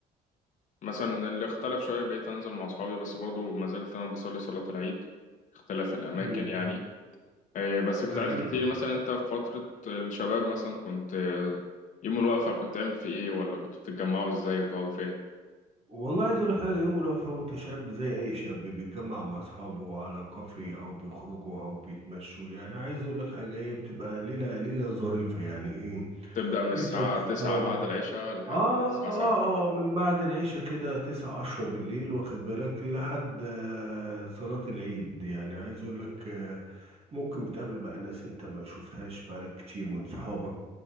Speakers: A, on the left (about 45°); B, on the right (about 35°).
A: مثلا اللي اختلف شوية بقيت انزل مع اصحابي بس برضو ما زلت انا بصلي صلاة العيد اختلف الاماكن
B: مم.
A: يعني آه بس كنت
B: ايوه
A: عايزك تحكي لي مثلا انت في فترة الشباب مثلا كنت آه، يوم الوقفة كنت تعمل في ايه ولا كنت بتتجمعوا ازاي وتقعدوا فين
B: والله عايز اقول لك حاجه يوم الوقفه وانت شاب زي اي شاب بيتجمع مع اصحابه على كافي او بيخرجوا او بيتمشوا يعني عايز اقول لك حاجه هي بتبقى ليله ليله ظريفه يعني ايه
A: تبدأ من الساعة
B: انت واصحابك
A: تسعة بعد العشاء لحد
B: اه
A: الساعة
B: اه
A: سبعة
B: اه من بعد العشاء كده تسعة عشرة بالليل واخد بالك لحد آه، صلاة العيد يعني عايز اقول لك آه، ممكن بتقابل بقى ناس انت ما شفتهاش بقالك كتير من صحابك